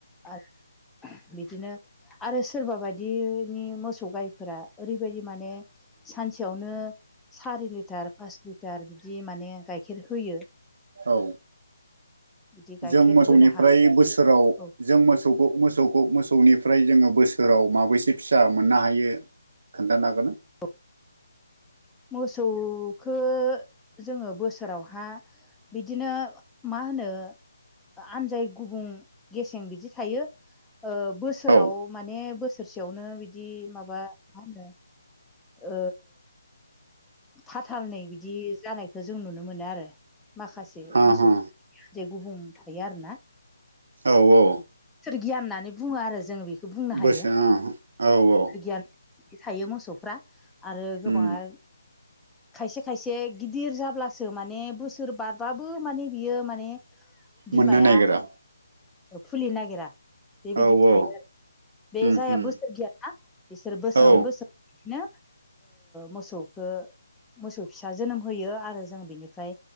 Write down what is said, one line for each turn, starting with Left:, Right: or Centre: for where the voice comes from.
Centre: आरो बिदिनो आरो सोरबा बायदिनि मोसौ गायफोरा ओरैबायदि माने सानसेयावनो सारि लिटार पास लिटार बिदि माने गाइखेर होयो
Right: औ
Centre: <unintelligible>
Right: जों मोसौनिफ्राय
Centre: होनो हागौ
Right: बोसोराव
Centre: औ
Right: जों मोसौखौ मोसौखौ मोसौनिफ्राय जोङो बोसोराव माबैसे फिसा मोननो हायो खोन्थाना
Centre: <unintelligible> मोसौखो जोङो बोसोरावहा बिदिनो मा होनो आनजाय गुबुं गेसें बिदि थायो बोसोराव
Right: औ
Centre: माने बोसोरसेयावनो बिदि माबा मा होनो ओ फाथालनै बिदि जानायखौ जों नुनो मोनो आरो माखासे
Right: हा
Centre: मोसौ
Right: हा
Centre: जे गुबुं थायो आरोना
Right: औ औ
Centre: गियान होननानै बुङो आरो जोङो बेखौ बुंनो हायो
Right: बोसो औ औ
Centre: गियान थायो मोसौफ्रा आरो गोबाङा
Right: उम
Centre: खायसे खायसे गिदिर जाब्लासो माने बोसोर बारबाबो माने बियो माने बिमाया
Right: मोननो नायगिरा।
Centre: फुलि नागिरा बेबायदिबो
Right: औ
Centre: थायो आरो बे
Right: उम
Centre: जायहा
Right: उम
Centre: बोसोर गैयाना बिसोर बोसोरावनो
Right: औ
Centre: बोसोर बिदिनो मोसौखो मोसौ फिसा जोनोम होयो। आरो जों बेनिफ्राय